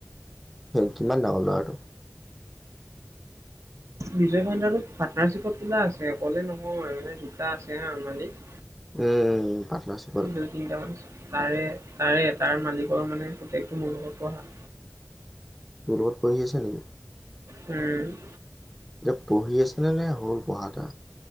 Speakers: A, in the centre; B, on the right (about 70°).
A: কিমান ডাঙৰ ল'ৰাটো
B: বিজয় ভাণ্ডাৰত পাৰ্টনাৰশ্বিপত খোলা আছে অকলে নহয় মানে দুটা আছে হা মালিক
A: উম উম পাৰ্টনাৰশ্বিপ
B: দুই তিনিটামান তাৰে তাৰে এটাৰ মালিকৰ মানে পোতেকটো মোৰ লগত পঢ়া
A: তোৰ লগত পঢ়ি আছে নেকি
B: উম
A: এতিয়া পঢ়ি আছেনে নে হ'ল পঢ়া তা